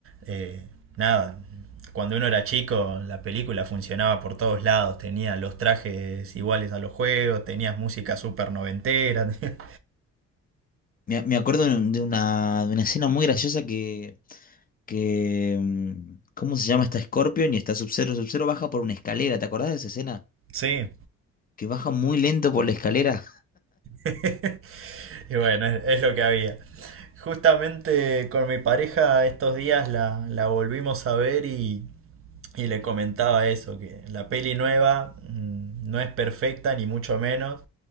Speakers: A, on the right; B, on the left.
A: eh, nada, cuando uno era chico la película funcionaba por todos lados, tenía los trajes iguales a los juegos, tenías música súper noventera, <laughs>
B: Me, me acuerdo de una, de una escena muy graciosa que que... mm, ¿Cómo se llama? Está Scorpion y está Sub-Zero. Sub-Zero baja por una escalera, ¿te acordás de esa escena?
A: sí,
B: Que baja muy lento por la escalera.
A: <laughs> y bueno, es, es lo que había. Justamente con mi pareja estos días la, la volvimos a ver y, y le comentaba eso, que la peli nueva mm, no es perfecta ni mucho menos,